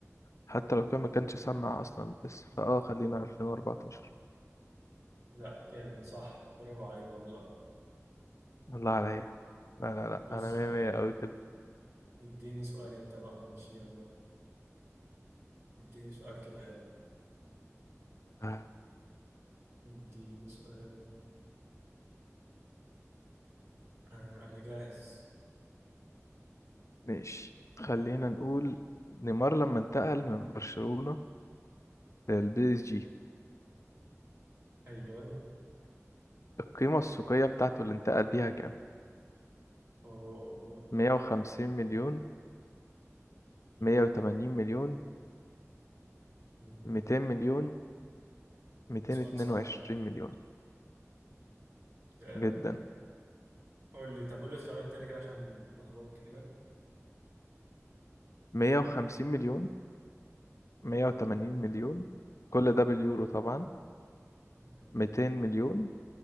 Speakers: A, on the left; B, on the right.
A: حتى لو كان ما كانش سمع أصلا لسه فأه خلينا 2014
B: لا كامل صح برافو عليك والله
A: الله عليا لا لا لا
B: بص
A: أنا مية
B: آه،
A: مية أوي كده
B: اديني سؤال أنت بقى ماشي يلا اديني سؤال كده حلو
A: آه،
B: اديني سؤال آه، أنا جاهز
A: ماشي خلينا نقول نيمار لما انتقل من برشلونة للبي اس جي
B: أيوه
A: القيمة السوقية بتاعته اللي انتقل بيها كام؟
B: أوه
A: مية وخمسين مليون
B: مم،
A: مية وتمانين مليون
B: مم.
A: ميتين مليون ميتين
B: ده سؤال
A: اتنين
B: صعب
A: وعشرين
B: ده
A: مليون
B: آه،
A: جدا
B: قول لي طب قول لي اختيارات تاني كده عشان اتلخبطت كده
A: مية وخمسين مليون مية وتمانين
B: تمام
A: مليون كل ده باليورو طبعا
B: تمام.
A: ميتين مليون